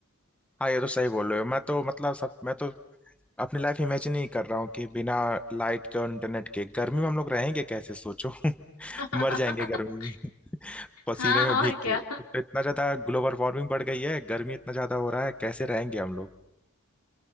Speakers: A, in the centre; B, on the left.
A: हाँ ये तो सही बोल रहे हो मैं तो मतलब सब मैं तो अपनी लाइफ इमेजिन ही कर रहा हूँ कि बिना लाइट के और इंटरनेट के गर्मी में हम लोग रहेंगे कैसे सोचो <laughs>
B: <laughs>
A: मर जाएंगे गर्मी में पसीने
B: हाँ
A: में भीग
B: और क्या
A: के एक तो इतना ज्यादा ग्लोबल वार्मिंग बढ़ गई है गर्मी इतना ज्यादा हो रहा है कैसे रहेंगे हम लोग